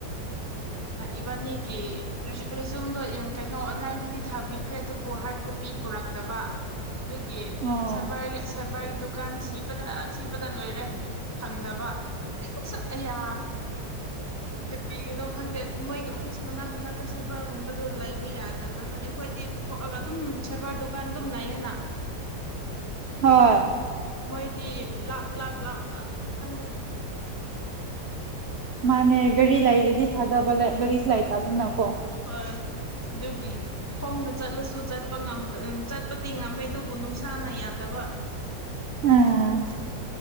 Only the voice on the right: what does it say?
ꯑꯣ
ꯍꯣꯏ꯫
ꯃꯥꯅꯦ ꯒꯥꯔꯤ ꯂꯩꯔꯗꯤ ꯐꯥꯗꯕ ꯒꯥꯔꯤ ꯂꯩ ꯇꯥꯕꯅ ꯀꯣ
ꯎꯝ